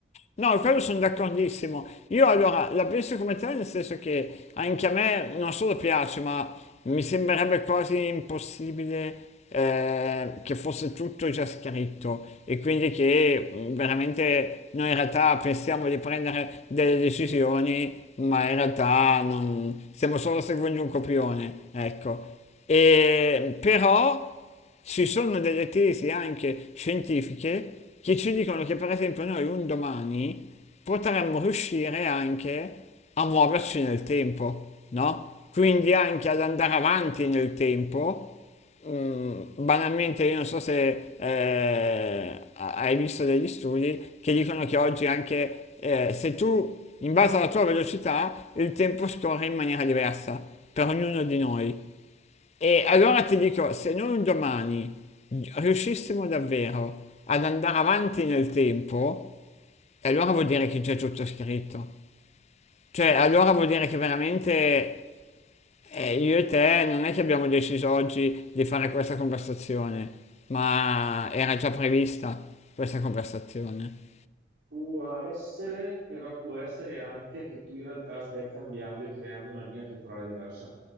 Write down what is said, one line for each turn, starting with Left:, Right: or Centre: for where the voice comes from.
Left: No, quello sono d'accordissimo. Io allora la penso come te, nel senso che anche a me non solo piace, ma mi sembrerebbe quasi impossibile eh, che fosse tutto già scritto e quindi che mh, veramente noi in realtà pensiamo di prendere delle decisioni, ma in realtà non... stiamo solo seguendo un copione, ecco. E, però Ci sono delle tesi anche scientifiche che ci dicono che per esempio noi un domani potremmo riuscire anche a muoverci nel tempo, no? Quindi anche ad andare avanti nel tempo. Mm, banalmente io non so se eh, hai visto degli studi che dicono che oggi anche eh, se tu in base alla tua velocità il tempo scorre in maniera diversa per ognuno di noi. E allora ti dico, se noi un domani riuscissimo davvero ad andare avanti nel tempo, e allora vuol dire che c'è tutto scritto. Cioè, allora vuol dire che veramente eh, io e te non è che abbiamo deciso oggi di fare questa conversazione, ma era già prevista questa conversazione.
Right: Può essere, però può essere anche che tu in realtà stai cambiando e creando una linea temporale diversa.